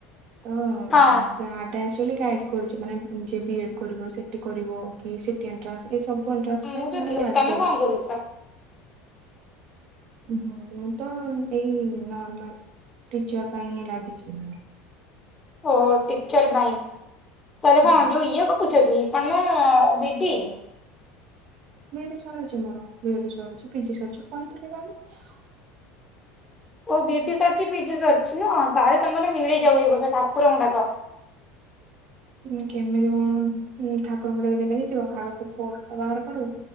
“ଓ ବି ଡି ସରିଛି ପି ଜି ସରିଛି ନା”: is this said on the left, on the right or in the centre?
Left